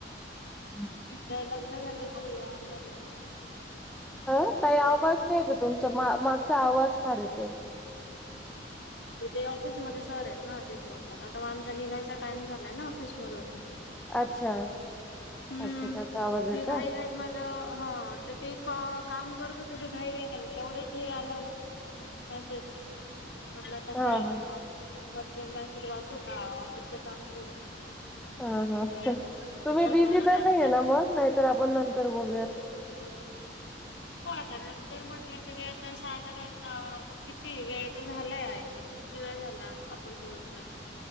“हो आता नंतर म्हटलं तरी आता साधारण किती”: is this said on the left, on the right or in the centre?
Left